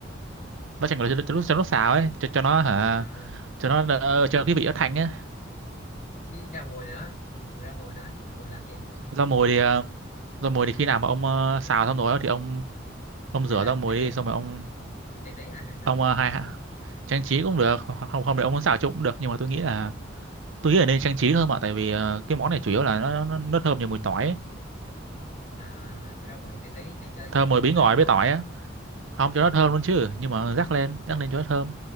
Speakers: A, on the right; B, on the left.
A: vắt chanh vào cho, cho lúc cho lúc xào ấy
B: Ừ.
A: cho cho nó hả
B: à
A: cho nó đỡ- cho cái vị nó thanh ấy
B: với rau mùi nữa còn rau mùi nữa rau mùi làm gì
A: rau mùi thì ờ, rau mùi thì khi nào mà ông ờ, xào xong rồi á thì ông ông
B: để
A: rửa
B: lên
A: rau mùi
B: trang
A: đi
B: trí
A: xong rồi ông
B: trang trí hay hay sao
A: ông ờ, hai trang trí cũng được hoặc- không không thì ông muốn xào trộn cũng được nhưng mà tôi nghĩ là tôi nghĩ là nên trang trí thôi mà tại vì ờ, cái món này chủ yếu là nó nó, nó thơm nhiều mùi tỏi ấy.
B: à là cái rau mùi trang trí cho chơi
A: thơm
B: cho vui
A: mùi
B: vui
A: bí ngòi
B: thôi đúng không
A: với tỏi á không cho nó thơm luôn chứ nhưng mà rắc lên rắc lên cho nó thơm